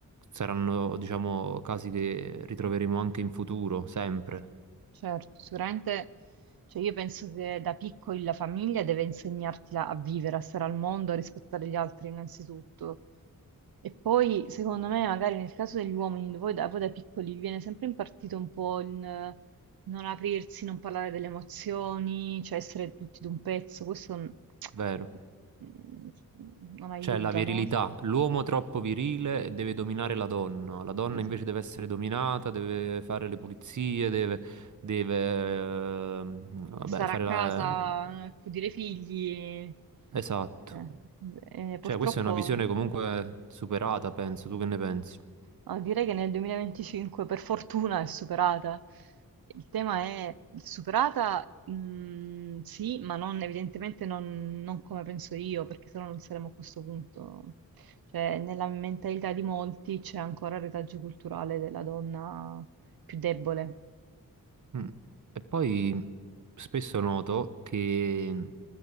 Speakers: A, on the right; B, on the right.
A: saranno, diciamo, casi che ritroveremo anche in futuro, sempre.
B: Certo, sicuramente, cioè io penso che da piccoli la famiglia deve insegnarti a vivere, a stare al mondo, a rispettare gli altri innanzitutto. E poi, secondo me, magari nel caso degli uomini, voi da, voi da piccoli vi viene sempre impartito un po' il eh, non aprirsi, non parlare delle emozioni, cioè essere tutti d'un pezzo, questo mm,
A: Vero.
B: <tsk> non aiuta,
A: Cioè la virilità,
B: no?
A: l'uomo troppo virile deve dominare la donna, la donna
B: Esatto.
A: invece deve essere dominata, deve fare le pulizie, deve, deve, ehm, vabbè,
B: stare
A: fare
B: a casa,
A: la...
B: eh, accudire i figli.
A: Esatto.
B: Eh, eh, purtroppo,
A: Cioè questa è una visione comunque superata, penso, tu che ne pensi?
B: no, direi che nel 2025 per fortuna è superata. Il tema è superata, mm, sì, ma non- evidentemente non, non come penso io, perché sennò non saremmo a questo punto. Cioè, nella mentalità di molti c'è ancora il retaggio culturale della donna più debole.
A: Mm. E poi spesso noto che